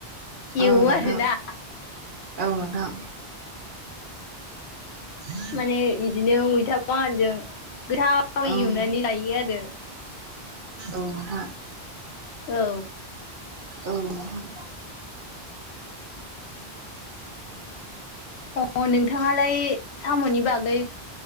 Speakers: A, on the right; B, on the left.
A: ओं
B: एवो
A: नोंथां
B: आरोना
A: औ नोंथां <inaudible>
B: माने इदिनो मैथा बांगालजों गोथाव थाव
A: ओं
B: एवनानै जायो आरो।
A: औ नोंथां
B: औ।
A: औ नोंथां।
B: अ नोंथाङालाय साम'नि बागै